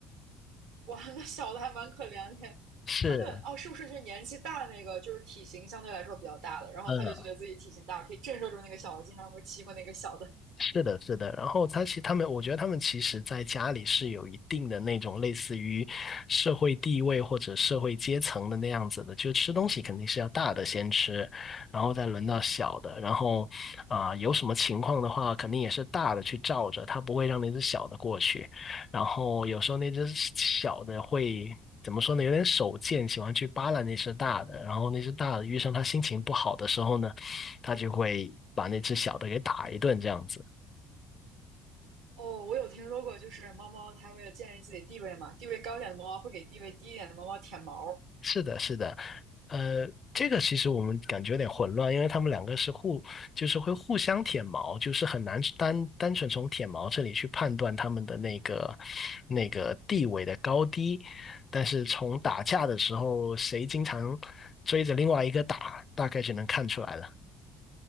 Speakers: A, on the right; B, on the left.
A: 哇，那小的还蛮可怜的。
B: 是，
A: 他们哦，是不是就是年纪大那个，就是体型相对来说比较大的，然后他就觉得自己体型大，
B: 嗯。
A: 可以震慑住那个小的，经常会欺负那个小的。<laughs>
B: 是的，是的。然后他其他们，我觉得他们其实在家里是有一定的那种类似于社会地位或者社会阶层的那样子的，就吃东西肯定是要大的先吃，然后再轮到小的。然后啊、有什么情况的话，肯定也是大的去罩着，他不会让那只小的过去。然后有时候那只小的会。怎么说呢？有点手贱，喜欢去扒拉那只大的，然后那只大的遇上他心情不好的时候呢，他就会把那只小的给打一顿，这样子。
A: 哦，我有听说过，就是猫猫它为了建立自己地位嘛，地位高一点的猫猫会给地位低一点的猫猫舔毛。
B: 是的，是的，呃，这个其实我们感觉有点混乱，因为他们两个是互，就是会互相舔毛，就是很难单单纯从舔毛这里去判断他们的那个那个地位的高低，但是从打架的时候，谁经常追着另外一个打，大概就能看出来了。